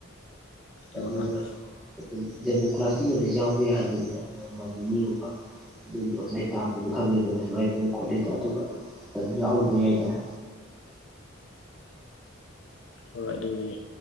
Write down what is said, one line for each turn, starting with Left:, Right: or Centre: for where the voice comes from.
Left: ꯍꯣꯏ
Centre: ꯑꯗꯨꯅ
Left: ꯍꯣꯏ
Centre: ꯑꯗꯨꯝ ꯗꯦꯃꯣ ꯀ꯭ꯂꯥꯁꯇꯤ ꯂꯣꯏꯅ ꯌꯥꯎꯕ ꯌꯥꯍꯟꯕꯅꯤꯅ ꯅꯣꯡꯃ ꯅꯤꯅꯤꯒꯨꯝꯕ꯫ ꯑꯗꯨ ꯑꯣꯏꯗꯤ ꯑꯣꯖꯥꯥꯏ ꯇꯥꯛꯄꯗꯣ ꯈꯪꯉꯦꯗꯅ ꯁꯨꯃꯥꯏꯅ ꯇꯧꯋꯤ ꯈꯣꯠꯂꯤꯗꯣ ꯑꯗꯨꯒ ꯑꯗꯨꯝ ꯌꯥꯎꯔꯨꯕ ꯌꯥꯏꯗꯅ꯫
Left: ꯍꯣꯏ ꯑꯗꯨꯅꯤ